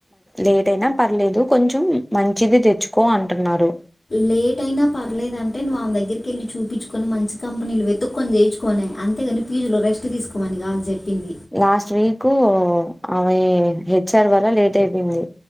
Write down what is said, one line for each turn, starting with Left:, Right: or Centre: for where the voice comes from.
Centre: లేట్ అయినా పర్లేదు కొంచెం మంచిది దెచ్చుకో అంటున్నారు
Left: లేట్ అయినా పర్లేదుదంటే నువ్వు ఆమె దగ్గరికి వెళ్ళి చూపిచ్చుకొని మంచి కంపెనీలు వెత్తుకొని జేయిచ్చుకో అన అంతేగాని పీజీలో రెస్ట్ దీసుకోమని గాదు జెప్పింది
Centre: లాస్ట్ వీకు ఆమే హెచ్ఆర్ వల్ల లేట్ అయిపేయింది